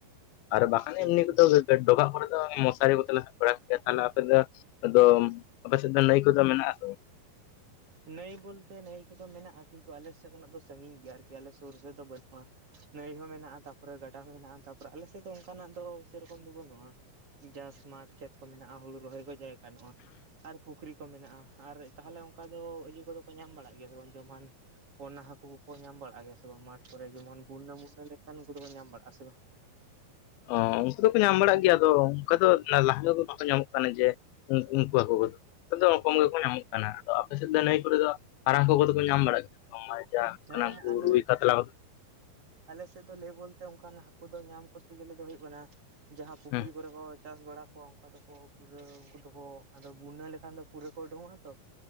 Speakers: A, on the left; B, on the right.
A: ᱟᱨ ᱵᱟᱠᱷᱟᱱ
B: ᱟᱪᱪᱷᱟ
A: ᱮᱢᱱᱤ
B: ᱟᱪᱪᱷᱟ
A: ᱛᱮᱫᱚ ᱰᱚᱵᱷᱟᱜ ᱠᱚᱨᱮ ᱫᱚ ᱢᱚᱥᱟᱨᱤ ᱠᱚᱛᱮ ᱞᱮ ᱥᱟᱵ ᱵᱟᱲᱟ ᱠᱚ ᱜᱮᱭᱟ ᱾ ᱛᱟᱦᱚᱞᱮ ᱟᱯᱮ ᱫᱚ ᱟᱫᱚ ᱟᱯᱮ ᱥᱮᱫ ᱱᱟᱹᱭ ᱠᱚᱫᱚ ᱢᱮᱱᱟᱜ-ᱟ ᱥᱮ ᱵᱟᱝ?
B: ᱱᱟᱹᱭ ᱵᱚᱞᱛᱮ ᱱᱟᱹᱭ ᱠᱚᱫᱚ ᱢᱮᱱᱟᱜᱼᱟ ᱾ ᱠᱤᱱᱛᱩ ᱟᱞᱮ ᱥᱮᱫ ᱠᱷᱚᱱᱟᱜ ᱫᱚ ᱥᱟᱺᱜᱤᱧ ᱜᱮᱭᱟ ᱟᱨᱠᱤ, ᱟᱞᱮ ᱥᱩᱨ ᱥᱮᱫ ᱫᱚ ᱵᱟᱹᱱᱩᱜᱼᱟ ᱾ ᱱᱟᱹᱭ ᱦᱚᱸ ᱢᱮᱱᱟᱜᱼᱟ, ᱛᱟᱯᱚᱨᱮ ᱜᱟᱰᱟ ᱦᱚᱸ ᱢᱮᱱᱟᱜᱼᱟ, ᱛᱟᱯᱚᱨᱮ ᱟᱞᱮ ᱥᱮᱫ ᱫᱚ ᱚᱱᱠᱟᱱᱟᱜ ᱫᱚ ᱥᱮᱨᱚᱠᱚᱢ ᱫᱚ ᱵᱟᱹᱱᱩᱜᱼᱟ ᱾ ᱪᱟᱥ ᱢᱟᱴᱷ ᱠᱷᱮᱛ ᱠᱚ ᱢᱮᱱᱟᱜᱼᱟ, ᱦᱩᱲᱩ ᱨᱚᱦᱚᱭ ᱠᱚ ᱡᱟᱭᱜᱟ ᱵᱟᱱᱩᱜᱼᱟ ᱟᱨ ᱯᱩᱠᱷᱨᱤ ᱠᱚ ᱢᱮᱱᱟᱜᱼᱟ ᱟᱨ ᱛᱟᱦᱚᱞᱮ ᱚᱱᱠᱟ ᱫᱚ ᱦᱟᱹᱠᱩ ᱠᱚ ᱫᱚᱠᱚ ᱧᱟᱢ ᱵᱟᱲᱟᱜ ᱜᱮᱭᱟ ᱥᱮ ᱵᱟᱝ ᱡᱮᱢᱚᱱ ᱯᱚᱱᱟ ᱦᱟᱹᱠᱩ ᱠᱚᱠᱚ ᱧᱟᱢ ᱵᱟᱲᱟᱜ ᱜᱮᱭᱟ ᱥᱮ ᱵᱟᱝ ᱢᱟᱴᱷ ᱠᱚᱨᱮ ᱡᱮᱢᱚᱱ ᱵᱩᱱᱱᱟ ᱢᱩᱱᱱᱟᱹ ᱞᱮᱠᱟᱱ ᱠᱚᱫᱚ ᱧᱟᱢ ᱵᱟᱲᱟᱜ ᱟᱥᱮ ᱵᱟᱝ?
A: ᱚ ᱩᱱᱠᱩ ᱫᱚᱠᱚ ᱧᱟᱢ ᱵᱟᱲᱟᱜ ᱜᱮᱭᱟ ᱾ ᱟᱫᱚ ᱚᱱᱠᱟ ᱫᱚ ᱞᱟᱦᱟ ᱫᱚ ᱵᱟᱠᱚ ᱧᱟᱢᱚᱜ ᱠᱟᱱᱟ, ᱡᱮ ᱩᱱᱠᱩ ᱦᱟᱹᱠᱩ ᱠᱚᱫᱚ ᱱᱤᱛᱚᱜ ᱫᱚ ᱠᱚᱢ ᱜᱮᱠᱚ ᱧᱟᱢᱚᱜ ᱠᱟᱱᱟ ᱾ ᱟᱫᱚ ᱟᱯᱮ ᱥᱮᱫ ᱫᱚ ᱱᱟᱹᱭ ᱠᱚᱨᱮ ᱫᱚ ᱦᱟᱲᱟ ᱦᱟᱹᱠᱩ ᱠᱚᱫᱚ ᱠᱚ ᱧᱟᱢ ᱵᱟᱲᱟᱜ ᱜᱮᱭᱟ ᱠᱚ? ᱡᱟ
B: ᱦᱮᱸ
A: ᱠᱟᱱᱟ
B: ᱟᱞᱮ
A: ᱨᱩᱭ ᱠᱟᱛᱞᱟ ᱠᱚᱫᱚ
B: ᱟᱞᱮ ᱥᱮᱫ ᱫᱚ ᱞᱟᱹᱭ ᱵᱚᱞᱛᱮ ᱚᱱᱠᱟᱱ ᱦᱟᱹᱠᱩ ᱫᱚ ᱧᱟᱢ ᱠᱚᱨᱛᱮ ᱜᱮᱞᱮ ᱫᱚ ᱦᱩᱭᱩᱜ ᱠᱟᱱᱟ ᱡᱟᱦᱟᱸ ᱯᱩᱠᱷᱨᱤ
A: ᱦᱮᱸ
B: ᱠᱚᱨᱮ ᱠᱚ ᱪᱟᱥ ᱵᱟᱲᱟ ᱠᱚᱣᱟ, ᱚᱱᱠᱟ ᱫᱚᱠᱚ ᱯᱩᱨᱟᱹ ᱩᱱᱠᱩ ᱫᱚᱠᱚ ᱟᱫᱚ ᱵᱩᱱᱱᱟᱹ ᱞᱮᱠᱷᱟᱱ ᱫᱚ ᱯᱩᱨᱟᱹ ᱠᱚ ᱩᱰᱩᱝᱚᱜᱼᱟ ᱛᱚ